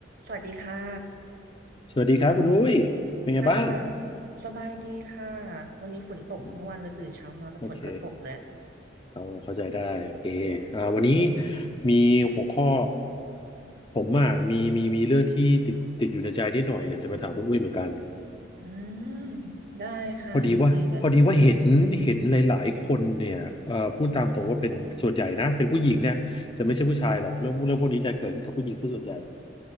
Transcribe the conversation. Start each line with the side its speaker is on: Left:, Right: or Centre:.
Right: สวัสดีค่ะ
Left: สวัสดีครับคุณอุ้ยเป็นไงบ้าง
Right: ค่ะ สบายดีค่ะ วันนี้ฝนตกทั้งวันเลยตื่นเช้ามาก็ฝนก็ตกแล้ว
Left: อืมโอเคเอาเข้าใจได้โอเคอ่าวันนี้มีหัวข้อผมอ่ะมีมีมีเรื่องที่ติดติดอยู่ในใจนิดหน่อยอยากจะมาถามคุณอุ้ยเหมือนกัน
Right: อืม ได้ค่ะ
Left: พอดีว่าพอดีว่าเห็นเห็นหลายๆคนเนี่ยเอ่อพูดตามตรงว่าเป็นส่วนใหญ่นะเป็นผู้หญิงเนี่ยจะไม่ใช่ผู้ชายหรอกเรื่องเรื่องพวกนี้จะเกิดขึ้นกับผู้หญิงซะส่วนใหญ่
Right: ยินดีเลย